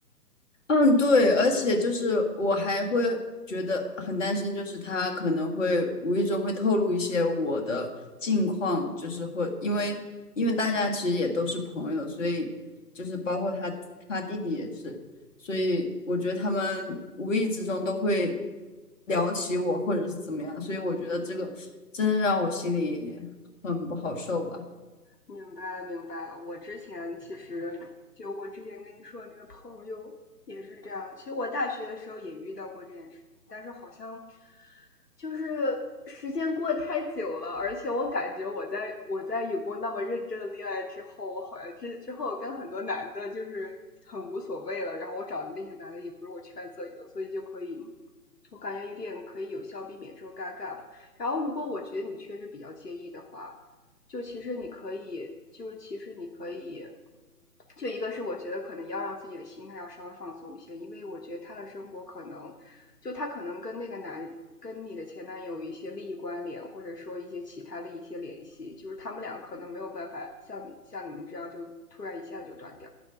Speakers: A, on the left; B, on the left.
A: 嗯，对，而且就是我还会觉得很担心，就是他可能会无意中会透露一些我的近况，就是会因为因为大家其实也都是朋友，所以就是包括他他弟弟也是，所以我觉得他们无意之中都会聊起我或者是怎么样，所以我觉得这个真的让我心里很不好受吧。
B: 明白明白了。我之前其实就我之前跟你说的那个朋友也是这样。其实我大学的时候也遇到过这件事情，但是好像就是时间过得太久了，而且我感觉我在我在有过那么认真的恋爱之后，我好像之之后跟很多男的就是很无所谓了。然后我找的那些男的也不是我圈子里的，所以就可以。我感觉有点可以有效避免这种尴尬吧。然后，如果我觉得你确实比较介意的话，就其实你可以，就是其实你可以，就一个是我觉得可能要让自己的心态要稍微放松一些，因为我觉得他的生活可能，就他可能跟那个男跟你的前男友一些利益关联，或者说一些其他的一些联系，就是他们俩可能没有办法像你像你们这样就突然一下就断掉。